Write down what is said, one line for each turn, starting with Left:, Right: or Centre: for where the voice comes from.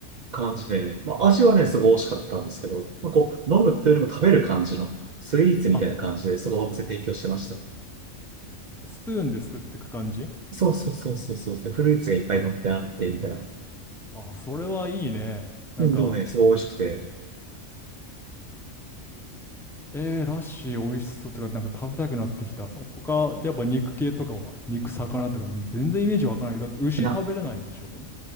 Right: 感じで、まあ、味はね、すごい美味しかったんですけど、まあ、こう、飲むというよりも食べる感じの、スイーツみたいな感じで、
Centre: あ、
Right: そのお店提供してました。
Centre: スプーンですくってく感じ
Right: そうそうそうそうそう。で、フルーツがいっぱい乗ってあって、みたいな。
Centre: あ、それはいいね。なんか、
Right: うん、でもね、すごい美味しくて。
Centre: えー、ラッシー美味しそうとか、なんか食べたくなってきた。他、やっぱ肉系とかは、肉、魚とか、でも全然イメージわからないけど、だって牛食べれないんでしょ
Right: いや